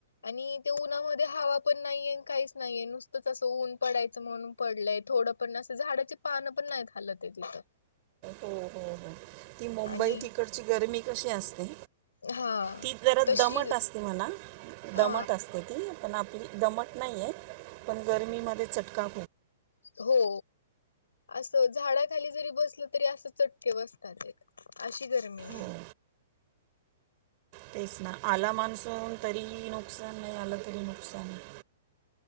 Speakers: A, on the left; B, on the right.
A: आणि ते उन्हामध्ये हवा पण नाहीये काहीच नाहीये नुसतंच असं ऊन पडायचं म्हणून पडलंय थोडं पण असं झाडाची पान पण नाही हालत इथं..
B: हो, हो, हो ती मुंबई
A: आणि
B: तिकडची गरमी कशी असते?
A: हा
B: ती जरा
A: तशी
B: दमट असते म्हणा,
A: हा
B: दमट असते. त पण आपली दमट नाही आहे पण गरमीमध्ये चटका
A: हो. असं झाडाखाली जरी बसलं तरी असं चटके बसतात अशी गरमी आहे.
B: हो तेच ना आला मानसून तरी नुकसान नाही आला तरी नुकसान आहे..